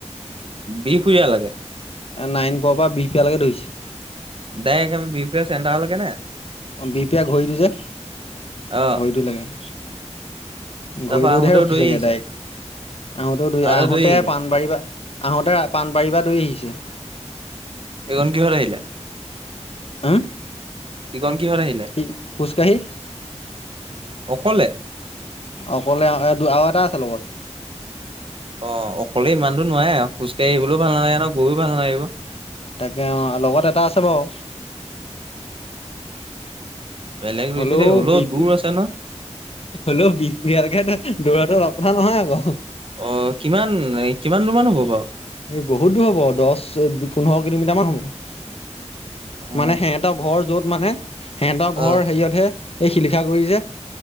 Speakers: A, on the right (about 50°); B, on the left (about 55°).
A: বিহফুৰিয়া লৈকে
B: এ নাইন পৰৰ পৰা বিহ পিয়ালৈকে ধৰিছে
A: ডাই বি পি চেটাৰলৈকে নে
B: অ বিপিয় ঘড়ীটো যে
A: অ',
B: ঘড়ীটো লাগে-
A: তাৰপা
B: ঘড়ীটো
A: আহোতেও
B: ৰখিছোগে
A: দৌৰি আহিছে,
B: ডাইৰেক্ট আহোতেো দুই
A: আহোতে
B: আহোঁতে
A: দৌৰি আহিছে।
B: পাণবাৰী পৰা- আহোঁতে পাণবাৰীৰ পৰা দৈ আহিছে-
A: এখন কি ঘৰ আহিলে
B: উম।।
A: ইকণ কিহত আহিলে?
B: কি খোজকাঢ়ি?
A: অকলে
B: অ অকলে আৰু এটা আছে লগত
A: অ অকলে ইমানটো নোৱাৰে খোজ কাঢ়ি আহিবলৈও ভাল নালাগে ন গৈও ভাল নালাগিব
B: তাকে অ লগত এটা আছে বাৰু
A: বেলেগ
B: হ'লেও
A: ৰুইছে দেই হলও
B: বিশ
A: দূৰ আছে ন
B: হলেও বিহপুৰীয়ালেকে তয় দৌৰাতো অলপ কথা নহয় আকৌ।
A: অ কিমান, কিমানটো মান হ'ব বাও?
B: এ বহুত দূৰ হ'ব দচ, পোন্ধৰ কিলোমিটাৰ মান হ'ব।
A: অ
B: মানে সিহেতৰ ঘৰ যত মানে সিহঁতৰ ঘৰ
A: অ
B: হেৰিয়তহে। এই শিলিখাগুৰি যে,